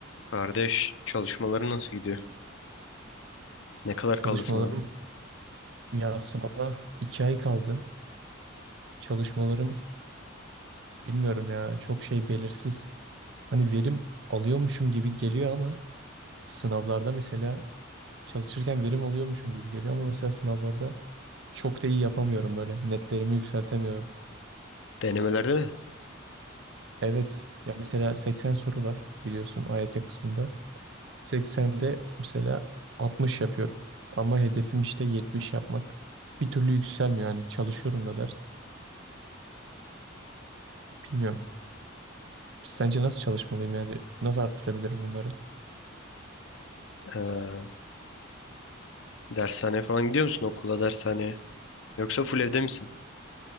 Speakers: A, on the left; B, on the right.
A: Kardeş çalışmaları nasıl gidiyor? Ne kadar
B: Çalışmalarım
A: kaldı sınava?
B: ya sınava iki ay kaldı. Çalışmalarım bilmiyorum ya çok şey belirsiz. Hani verim alıyormuşum gibi geliyor ama sınavlarda mesela çalışırken verim alıyormuşum gibi geliyor ama mesela sınavlarda çok da iyi yapamıyorum böyle. Netlerimi yükseltemiyorum.
A: Denemelerde mi?
B: Evet ya mesela 80 soru var biliyorsun AYT kısmında. 80'de mesela 60 yapıyorum. Ama hedefim işte 70 yapmak. Bir türlü yükselmiyor yani çalışıyorum da ders. Bilmiyorum. Sence nasıl çalışmalıyım yani? Nasıl arttırabilirim bunları?
A: Ee, dershaneye falan gidiyor musun? Okula, dershaneye. Yoksa full evde misin?